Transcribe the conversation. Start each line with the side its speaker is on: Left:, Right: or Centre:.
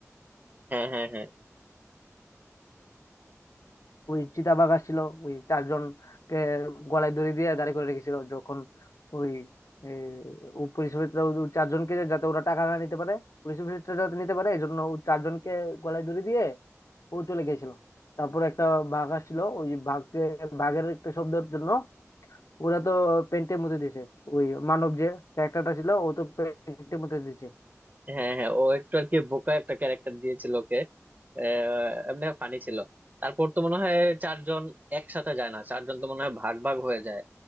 Right: হ্যাঁ হ্যাঁ হ্যাঁ
Left: ওই চিতাবাঘ আসছিল ওই চারজনকে গলায় দড়ি দিয়ে দাঁড় করে রেখেছিল যখন ওই এ, ও পুলিশ অফিসার ওই চারজনকে যাতে ওরা টাকা না নিতে পারে পুলিশ অফিসারটা যাতে নিতে পারে এই জন্য ও চারজনকে গলায় দড়ি দিয়ে ও চলে গেছিল তারপর একটা বাঘ আসছিল ওই বাঘকে বাঘের একটা শব্দের জন্য ওরা তো পেন্টে মুতে দিছে ওই মানব যে ক্যারেক্টারটা ছিল ও তো পেন্টে মুতে দিছে
Right: হ্যাঁ হ্যাঁ ও একটু আর কি বোকা একটা ক্যারেক্টার দিয়েছিল ওকে আহ, এমনি ফানি ছিল তারপর তো মনে হয় চারজন একসাথে যায় না চারজন তো মনে হয় ভাগ ভাগ হয়ে যায়